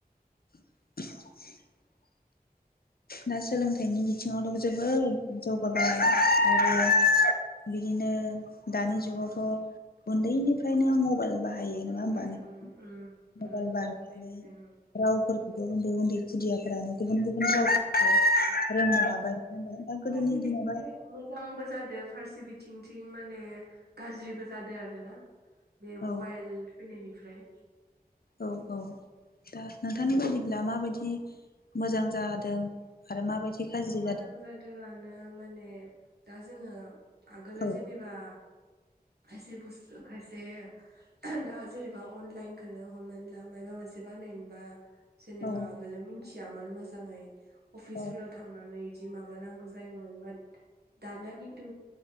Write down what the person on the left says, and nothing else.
<inaudible> ना सोलोंथाइनि गि बिथिङावनो जोबोद जौगाबाय आरो
बिदिनो ओं दानि जुगावथ उन्दैनिफ्रायनो मबाइल बाहायो नंङा
होनबा नोंथां
मबाइल
बाहायनानै
रावफोर उन्दै उन्दै खुदियाफ्रानो गुबुन
गुबुन राव रोंनो
हाबाय
होनदो दा गोदोनि
दिनावहाय
औ
औ औ दा दा नोंथांनि बायदिब्ला मा बायदि मोजां जादों आरो माबायदि गाज्रि
जादों?
औ
औ
औ